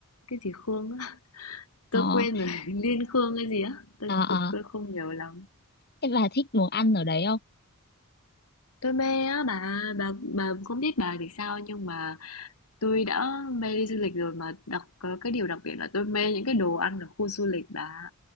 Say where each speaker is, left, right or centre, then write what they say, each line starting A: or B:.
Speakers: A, on the left (about 75°); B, on the left (about 45°).
A: cái gì Khương á, <laughs>
B: Ờ,
A: tôi quên rồi, <laughs> Liên Khương cái gì á, tôi,
B: ờ,
A: tôi,
B: ờ.
A: tôi không nhớ lắm.
B: Thế bà thích đồ ăn ở đấy không?
A: Tôi mê á bà, bà bà không biết bà thì sao nhưng mà tôi đã mê đi du lịch rồi mà đặc cái điều đặc biệt là tôi mê những cái đồ ăn ở khu du lịch bà.